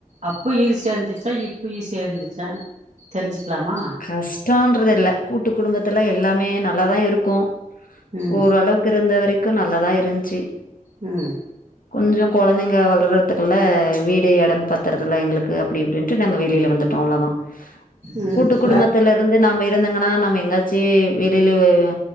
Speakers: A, on the right (about 50°); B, on the left (about 75°).
A: அப்ப ஈஸியா இர்ந்துச்சா இப்ப ஈஸியா இர்ந்துச்சா தெரிஞ்சிக்லாமா
B: கஷ்டோன்றது இல்ல கூட்டு குடும்பத்துல எல்லாமே நல்லாதா இருக்கு
A: ம்
B: ஓரளவுக்கு இருந்த வரைக்கு நல்லதா இருந்ச்சு
A: ம்
B: கொஞ்சோ கொழந்தைங்க வளர்றதுக்குல்லா வீடு எடம் பத்தறதுல்ல எங்ளுக்கு அப்டி இப்டின்ட்டு நாங்க வெளில வந்துட்டோ அவ்ளோதா
A: ம்
B: கூட்டு குடும்பத்துலருந்து
A: வே
B: நம்ம இருந்தங்கன்னா நம்ம எங்காச்சி வெளில அ